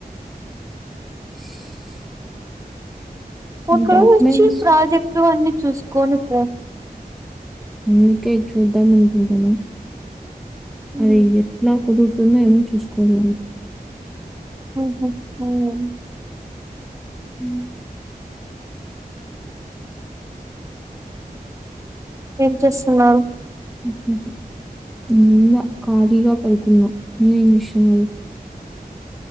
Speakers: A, in the centre; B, on the right.
A: <inaudible>
B: ఒక
A: నీ
B: రోజూ
A: డాక్యుమెంట్స్
B: వచ్చి ప్రాజెక్టు అన్ని చూసుకొని పో
A: అందుకే చూద్దాం అనుకుంటా
B: ఊ
A: అది ఎట్లా కుదురు తుందెమో ఎమో చూసుకోవల
B: మ్మ్ హు మ్మూఁ
A: మ్
B: ఏం చేస్తున్నారు?
A: <unintelligible> ఏంలా ఖళీగా పడుకున్న మీరేం చేస్తున్నరు?